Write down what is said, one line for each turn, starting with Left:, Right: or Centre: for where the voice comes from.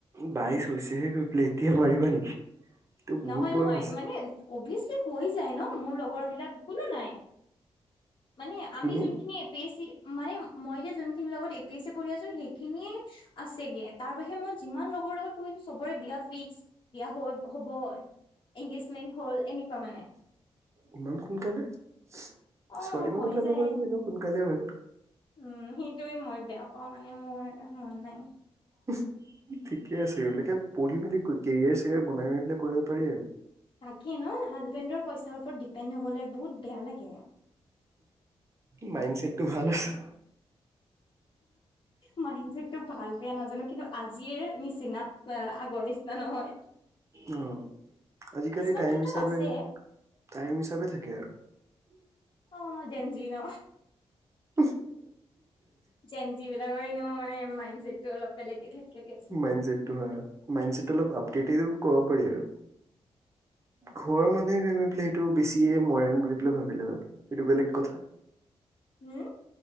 Right: বাইশ হৈছেহে গৈ পেলাই। এতিয়া মাৰিবা নেকি? তোৰ
Left: নহয়,
Right: বহুত বয়স
Left: নহয়।
Right: হৈছে
Left: মানে, অভ্যাসলি হৈ যায়, ন? মোৰ লগৰবিলাক কোনো নাই মানে, আমি
Right: হম হম
Left: যোনখিনি এ পি এছ ছি মানে, মই এতিয়া যোনখিনিৰ লগত এ পি এছ ছি পঢ়ি আছোঁ, সেইখিনি আছেগে। তাৰ বাহিৰে, মই যিমান লগৰ লগত পঢ়িছোঁ, চবৰে বিয়া ফিক্স, বিয়া হৈ হ'ব, এনগেজমেণ্ট হ'ল, এনেকুৱা, মানে
Right: ইমান সোনকালে ছোৱালী
Left: অ
Right: মানুহবিলাকৰ
Left: হৈ যায়
Right: বাৰু, এনেওঁ সোনকালেই হয়।
Left: উম, সেইটোৱেই মই বেয়া অ', মানে, মোৰ মন নাই
Right: <inaudible> ঠিকে আছে, <unintelligible> পঢ়ি মেলি কৰি কেৰিয়াৰ চেৰিয়াৰ বনাই মেলি পেলাই কৰিব পাৰি আৰু।
Left: তাকে ন', হাজবেণ্ডৰ পইচাৰ ওপৰত ডিপেণ্ড হবলৈ বহুত বেয়া লাগে।
Right: মাইণ্ডছেটটো ভাল আছে।
Left: মাইণ্ডছেট ভাল বেয়া নাজানো। কিন্তু আজিয়ে নিচিনা, আগৰ নিচিনা নহয়।
Right: অ', আজিকালিৰ
Left: কিছুমান
Right: টাইম
Left: ক্ষেত্ৰত
Right: হিচাপে,
Left: আছে
Right: টাইম হিচাপে থাকে আৰু।
Left: অ ন
Right: <inaudible>
Left: জেনজি বিলাকৰ ম মানে, মাইণ্ডছেটটো অলপ বেলেগে থাকে। দিয়াচোন।
Right: মাইণ্ডছেটটো হয়, মাইণ্ডছেটটো অলপ আপডেট ক'ব পাৰি আৰু। ঘৰ মানুহে <unintelligible> সেইটো বেছিয়ে মডেৰ্ণ বুলি পেলাই ভাবি লয় আৰু, ইেইটো বেলেগ কথা।
Left: উম